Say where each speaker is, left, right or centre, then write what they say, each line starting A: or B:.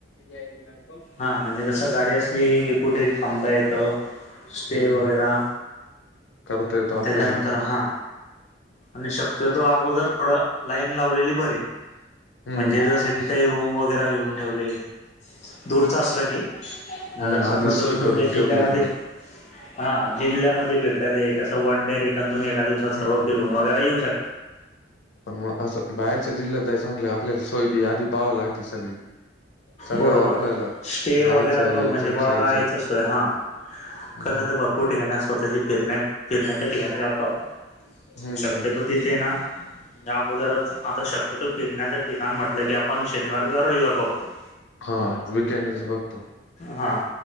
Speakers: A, on the left; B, on the left.
A: <inaudible>
B: हा म्हणजे कसं गाडी असली की कुठे थांबता येतं. स्टे
A: हम्म
B: वगैरा
A: करता येतो आपल्याला
B: त्याच्यानंतर
A: असं
B: हा आणि शक्यतो अगोदर थोडं लाईन लावलेली बरी.
A: हम्म
B: म्हणजे जसं की
A: असं
B: काही रूम वगैरे घेऊन ठेवली. दूरचा असला की, नाहीतर
A: हम्म
B: समजा
A: आधी
B: तुम्ही
A: सोय
B: तुमच्या
A: करून
B: जिल्ह्यामध्ये
A: ठेवली रे बर
B: हा जिल्ह्यामध्ये फिरतायात, हे कसं वन डे रिटर्न तुम्ही एका दिवसात
A: हम्म
B: सर्व फिरून वगैरे येऊ शकता.
A: पण मग असं बाहेरच्या जिल्ह्यात जायचं म्हटल्यावर आपल्याला सोय बी आधी पहिवं लागती सगळी. सगळं
B: बरोबर
A: आपल्याला
B: स्टे
A: राहायचं,
B: वगैरक
A: यायचं,
B: म्हणजे म
A: खायचं
B: राहायची सोय हां.
A: हम्म.
B: कसं तर भर <unintelligible> स्वतःची फिरण्या फिरण्याच्या ठिकाणी जातो आपण,
A: हम्म
B: शक्यतो तिथे ना याअगोदरच आता शक्यतो फिरण्याचं ठिकाण म्हटलं की, आपण शनिवार किंवा रविवार बघतो.
A: हा वीकेंड्स बघतो.
B: हा